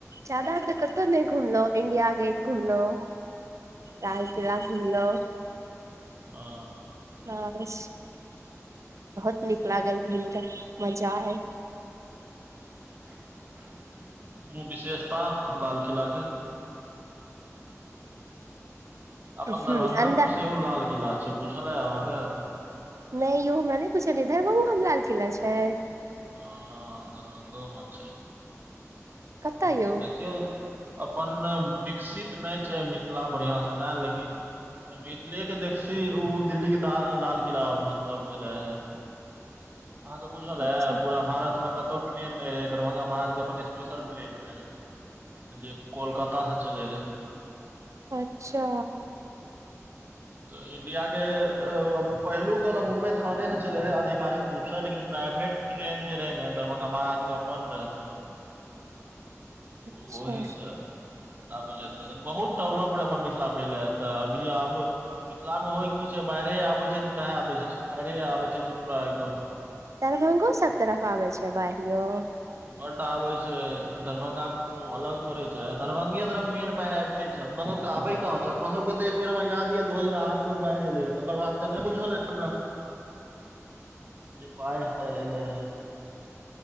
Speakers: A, on the right; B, on the right.
A: जादा त कतहु नहि घुमलहु इंडिया गेट घुमलहु लाल किला घुमलो
B: ओ
A: बस बहुत नीक लागल घुइम क मजा आयल
B: कुनु विशेषता लाल किला के अपन
A: ह
B: दरभंगामे
A: अन्दर
B: सेहो लाल किला छै बुझल ‌अय अहाँके
A: नय यौ हमरा नय बूजहल आय दरभंगामे लालकिला छै
B: ह दरभंगोमे छै
A: कतऽ
B: आहा एते
A: यौ
B: देखियौ अपन विकसित नय छै मिथिला बढ़िआँसँ ते लेकिन मिथिलेके देखसी ओ दिल्लीे द लाल किला मतलब भेलै हे अहाँ सब बुझल
A: अच्छा
B: ऐब पूरा भारतमे कतहु ट्रेन नहि रहै दरभंगा महाराजके अपन स्पेशल ट्रेन रहै कोलकाता से चले रहेै
A: अच्छा
B: त इंडियाके पहिलुक तऽ ने मुम्बइ थानेसँ चलै रहै आधिकारिक रूपसँ लेकिन प्राइवेट ट्रेन जे रहै ने दरभंगा महाराज के अपन रहथिन ओओहिसँ
A: अच्छा
B: आबल जा बहुत डवलप रहे अपन मिथिला पहिले तऽ अभी आब मिथिलां होइ की छै बाढ़े आबै छै तऽ दहा दै छै सुखाड़े आबै छै तऽ पूरा एकदम
A: दरभंगो सब तरफ आबै छै बाढ़ियो
B: बड्ड आबे छै दरभंगा कोनो अलग थोड़े छै दरभंगे तरफ मेन बाहिर आबिते छै च अपना सब के आबे कहाँ छै अपना सब के तऽ एक बेर हमरा याद य दू हजार आठ मे बाढ़ि एलै रह तकर बाद स नहि बुझल ए हमरा जे बाहिर एलै हे